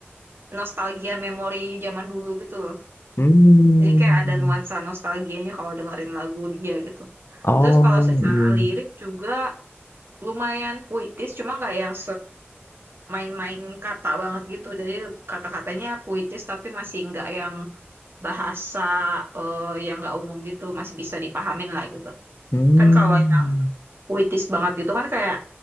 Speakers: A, on the right; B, on the left.
A: nostalgia memori zaman dulu gitu loh.
B: Hmm.
A: Jadi kayak ada nuansa nostalgianya kalau dengerin lagu dia gitu.
B: Oh
A: Terus kalau secara
B: iya.
A: lirik juga lumayan puitis, cuma nggak yang semain-main kata banget gitu. Jadi kata-katanya puitis tapi masih nggak yang bahasa eh, yang nggak umum gitu, masih bisa dipahamin lah gitu.
B: Hmm,
A: Kan kalau yang puitis banget gitu kan kayak